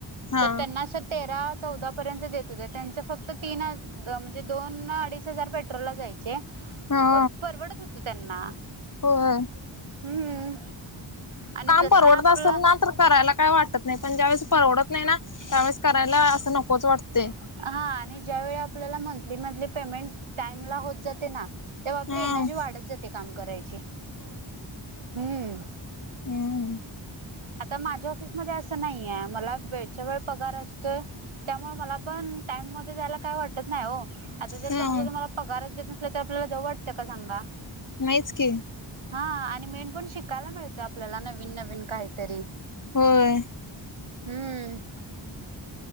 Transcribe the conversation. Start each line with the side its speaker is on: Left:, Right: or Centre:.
Left: हा
Right: तर त्यांना अशा तेरा चौदा पर्यंत देत होते त्यांचं फक्त तीन हजा द म्हणजे दोन अडीच हजार पेट्रोलला जाईल. हे?
Left: हा
Right: पण परवडत होत त्यांना,
Left: होय
Right: हम्म. आणि
Left: काम
Right: जस
Left: परवडत
Right: आपला
Left: असंन सांग? तर करायला काही वाटत नाही, पण ज्यावेेळेस परवडत नाही ना! त्यावेळेस करायला असं नकोच वाटतय.
Right: हा आणि ज्या वळी आपल्याला मंथली, मंथली पेमेंट टाइम ला होत जाते ना? तेव्हा
Left: हम्म
Right: आपली एनर्जी वाढत जाते काम करायची, हम्म.
Left: हम.
Right: आता माझ्या ऑफिसमध्ये असं नाहीये मला वेळच्या वेळ पगार असतोय, त्यामुळे मला पण टाइम मध्ये द्यायला काय वाटत नाही हो. आता जर
Left: हम्म
Right: समजा तुम्हाला पगारच येत नसल तर आपल्याला जाऊ वाटतय का सांगा?
Left: नाहीच की.
Right: हा, आणि मेन पण शिकायला मिळत आपल्याला नवीन नवीन काहीतरी
Left: होय.
Right: हम्म.